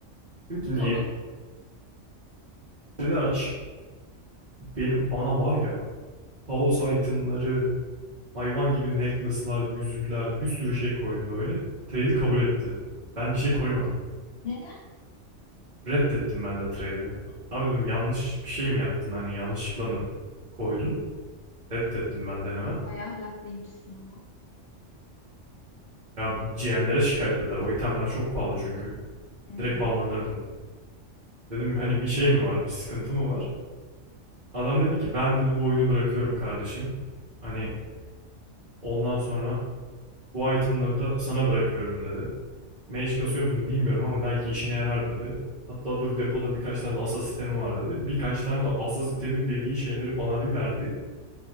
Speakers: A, on the right; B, on the left.
A: Dedim ki
B: Tamam.
A: niye? Dedi aç. Benim bana var ya kaos itemları, Hayvan gibi necklace'lar, yüzükler, bir sürü şey koydu böyle. Trade'i kabul etti. Ben bir şey koymadım.
B: Neden?
A: Reddettim ben de trade'i. Abi dedim yanlış bir şey mi yaptın? Hani yanlışlıkla mı koydun? Reddettim ben de hemen.
B: Bayağı ahlaklıymışsın ama.
A: Ya GM'lere şikayet eder. O itemler çok pahalı çünkü.
B: Hmm,
A: Direkt banlanırdım. Dedim hani bir şey mi var? Bir sıkıntı mı var? Adam dedi ki ben dedi bu oyunu bırakıyorum kardeşim. Hani ondan sonra bu itemleri da sana bırakıyorum dedi. Mage kasıyor musun bilmiyorum ama belki işine yarar dedi. Hatta dur depoda birkaç tane de asa sistemi var dedi. Birkaç tane de asa sistemi dediği şeyleri bana bir verdi.